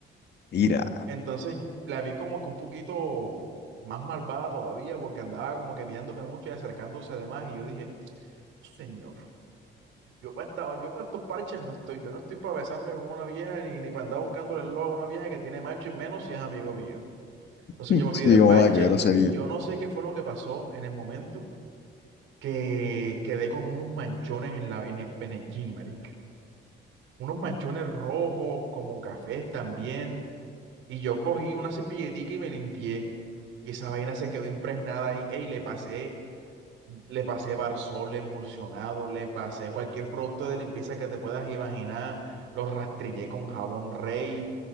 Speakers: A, on the left; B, on the right.
A: Ira.
B: Entonces la vi como que un poquito más malvada todavía, porque andaba como que mirándome mucho y acercándose de más. Y yo dije, señor, yo para estaba, yo para estos parches no estoy, yo no estoy para besarme con una vieja ni, ni para andar buscándole el lobo a una vieja que tiene macho y menos si es amigo mío.
A: <laughs>
B: Entonces yo me abrí
A: Sí,
B: de parche
A: joda, qué grosería.
B: y yo no sé qué fue lo que pasó en el momento que quedé con unos manchones en la, en el, en el jean, marica. Unos manchones rojos, como cafés también. Y yo cogí una servilletica y me limpié. Y esa vaina se quedó impregnada ahí. Ey, le pasé, le pasé Barsol emulsionado, le pasé cualquier producto de limpieza que te puedas imaginar. Lo rastrillé con jabón Rey.